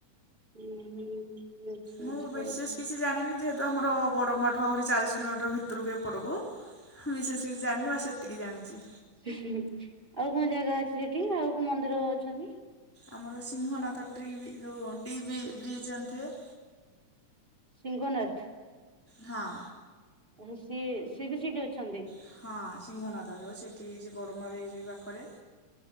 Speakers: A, on the right; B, in the centre.
A: ଉଁ, ହୁଁ। ଆଚ୍ଛା
B: ମୁଁ
A: ଆଚ୍ଛା।
B: ବିଶେଷ କିଛି ଜାଣିନି ଯେହେତୁ ଆମର ବଡ଼ମା ଠୁ ଆହୁରି ଚାଳିଶ କିଲୋମିଟର୍ ଭିତରକୁ ଏପଟକୁ। ବିଶେଷ କିଛି ଜାଣିନି ମା ସେତିକି ଜାଣିଚି।
A: ଉଁ, ହୁଁ ଆଉ କଣ ଜାଗା ଅଛି ସେଠି ଆଉ କୋଉ ମନ୍ଦିର ଅଛନ୍ତି?
B: ଆମର ସିଂହନାଥ ଟ୍ରିବି ଯୋଉ ଟି ବି ବ୍ରିଜ୍ ଜଣିଥିବେ?
A: ସିଂହନାଥ?
B: ହଁ।
A: ଏଣୁ ସିଏ ସିଏ ବି ସେଇଠି ଅଛନ୍ତି।
B: ହଁ, ସିଂହନାଥ ଯୋଉ ସେଠି ସେ ବଡମ୍ବା ହେଇ ଯେ ପାଖରେ।